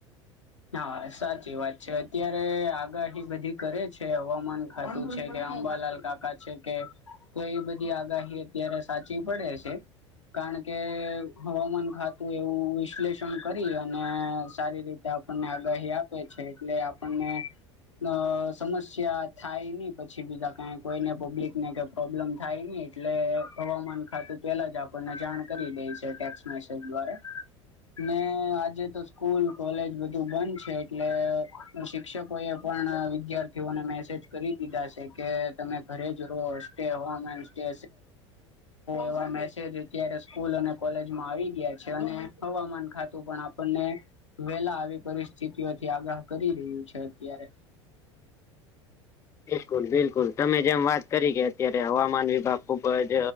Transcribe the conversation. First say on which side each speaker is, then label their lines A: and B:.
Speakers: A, on the left; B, on the left.
A: હા સાચી વાત છે અત્યારે આગાહી બધી કરે છે હવામાન ખાતું છે, કે અંબાલાલ કાકા છે કે તો એ બધી આગાહી અત્યારે સાચી પડે છે. કારણ કે હવામાન ખાતું એવું વિશ્લેષણ કરી અને સારી રીતે આપણને આગાહી આપે છે, એટલે આપણને અ સમસ્યા થાય નહી પછી બીધા કઈ કોઈને પબ્લિક ને ક પ્રોબ્લેમ થાય નને એટલે હવામાન ખાતું પેલા જ આપણને જાણ કરી દે છે, ટેક્સ મેસેજ દ્વારા આજે તો સ્કૂલ કોલેજ બધ બંધ છે, એટલે શિક્ષકો એ પણ વિદ્યાર્થીઓને મેસેજ કરી દીધા છે, કે તમે ઘરે જ રહો સ્ટે હવાન સ્ટે એવા મેસેજ અત્યારે સ્કૂલ અને કોલેજમાં આવી ગયા છે, અને હવામાન ખાતું પણ આપણને વેલા આવી પરિસ્થિતિઓથી આગાહ કરી રહ્યું છે, અત્યારે
B: બિલકુલ બિલકુલ તમે જેમ વાત કરી કે અત્યારે હવામાન વિભાગ ખુબજ